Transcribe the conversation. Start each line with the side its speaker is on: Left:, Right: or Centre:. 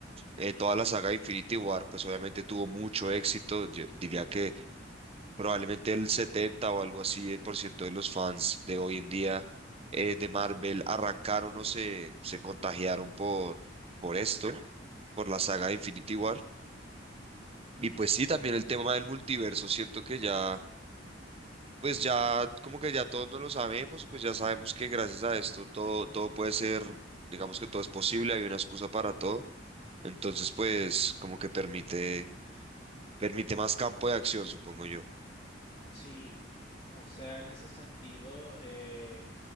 Right: eh, toda la saga de Infinity War pues obviamente tuvo mucho éxito, yo diría que probablemente el 70 o algo así, el por ciento de los fans de hoy en día eh, de Marvel arrancaron o se, se contagiaron por, por esto, por la saga de Infinity War. Y pues sí, también el tema del multiverso, siento que ya, pues ya, como que ya todos nos lo sabemos y pues ya sabemos que gracias a esto todo, todo puede ser, digamos que todo es posible, hay una excusa para todo. Entonces, pues como que permite, permite más campo de acción, supongo yo.
Left: Sí, o sea, en ese sentido, eh,